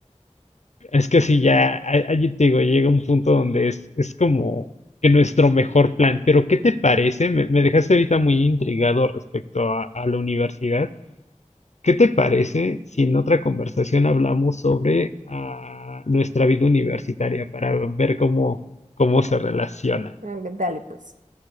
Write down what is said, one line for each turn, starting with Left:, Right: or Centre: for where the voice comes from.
Left: es que sí, ya, a- allí te digo, llega un punto donde es, es como que nuestro mejor plan. Pero, ¿qué te parece? Me, me dejaste ahorita muy intrigado respecto a a la universidad. ¿Qué te parece si en otra conversación hablamos sobre ah, nuestra vida universitaria para ver cómo, cómo se relaciona?
Right: Venga, Dale, pues.